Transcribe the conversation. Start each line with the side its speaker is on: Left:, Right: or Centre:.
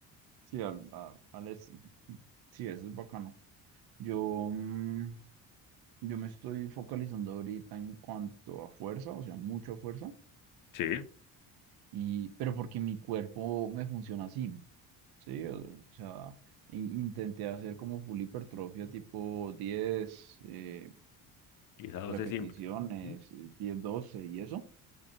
Right: Sí, al, a- al este. Sí, eso es bacano. Yo, mm, yo me estoy focalizando ahorita en cuanto a fuerza, o sea, mucha fuerza,
Left: Sí,
Right: y, pero porque mi cuerpo me funciona así, ¿sí? O, sea, in- intenté hacer como full hipertrofia tipo 10 eh,
Left: y esa dosis
Right: repeticiones,
Left: siempre. Ujú.
Right: eh, 10, 12 y eso,